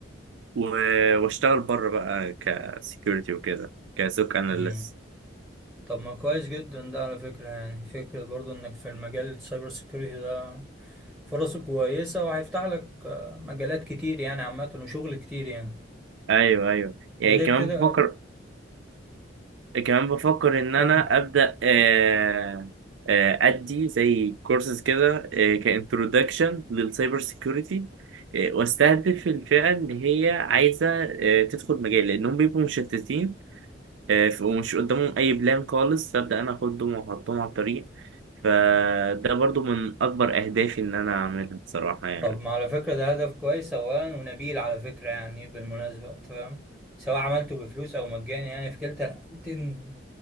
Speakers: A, on the right; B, in the centre.
A: و- واشتغل بره بقى كسيكيورتي وكده كسوك اناليست
B: امم طب ما كويس جدا ده على فكره يعني فكره برضه انك في المجال السايبر سيكيورتي ده فرصه كويسة وهيفتح لك آه، مجالات كتير يعني عامة وشغل كتير يعني
A: ايوه ايوه يعني
B: ده غير
A: كمان
B: كده
A: بفكر كمان بفكر ان
B: كم
A: انا ابدا آه، آه، ادي زي كورسز كده كانترودكشن للسايبر سيكيورتي واستهدف الفئه اللي هي عايزه آه، تدخل مجال لانهم بيبقوا مشتتين آه، ف- ومش قدامهم اي بلان خالص فابدا انا اخدهم واحطهم على الطريق فده برضو من اكبر اهدافي ان انا اعملها بصراحه يعني
B: طب ما على فكرة ده هدف كويس أولا ونبيل على فكرة يعني بالمناسبة أنت فاهم سواء عملته بفلوس أو مجاني يعني في كلتا الحالتين